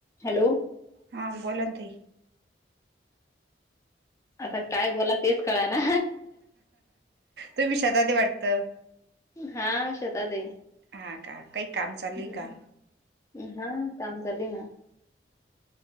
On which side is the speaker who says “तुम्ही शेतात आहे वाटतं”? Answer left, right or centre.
Right